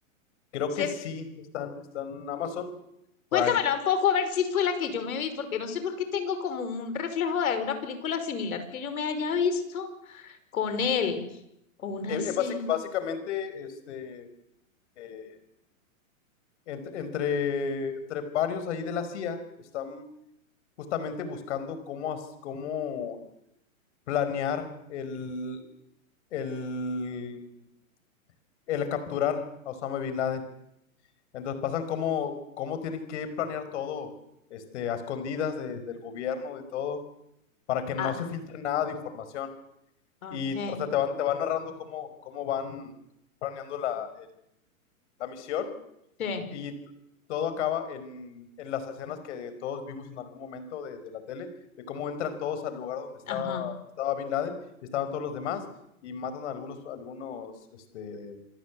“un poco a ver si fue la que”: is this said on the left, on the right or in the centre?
Left